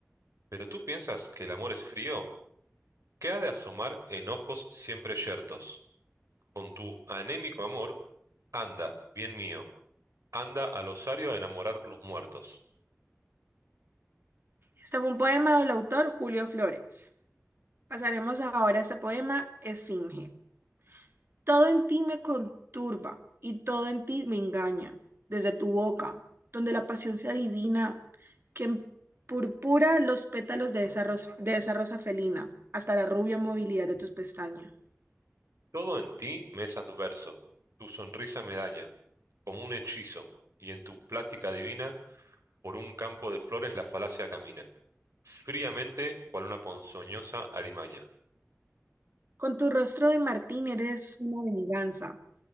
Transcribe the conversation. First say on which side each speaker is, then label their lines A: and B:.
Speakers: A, on the right (about 85°); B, on the right (about 50°).
A: ¿Pero tú piensas que el amor es frío? ¿Qué ha de asomar en ojos siempre yertos? Con tu anémico amor, anda, bien mío, anda al osario a enamorar los muertos.
B: Este fue un poema del autor Julio Flores. Pasaremos ahora a este poema Esfinge. Todo en ti me conturba y todo en ti me engaña, desde tu boca, donde la pasión se adivina, que purpura los pétalos de esa ros- de esa rosa felina, hasta la rubia movilidad de tus pestañas.
A: Todo en ti me es adverso, tu sonrisa me daña, como un hechizo, y en tu plática divina Por un campo de flores la falacia camina, fríamente, cual una ponzoñosa alimaña.
B: Con tu rostro de Martín eres una venganza.